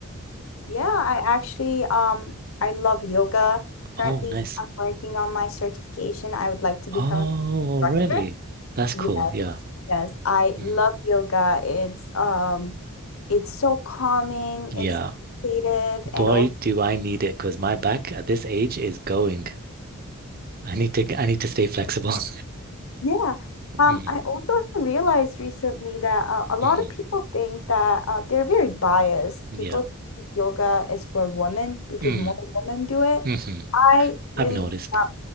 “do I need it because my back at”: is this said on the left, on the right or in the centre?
Right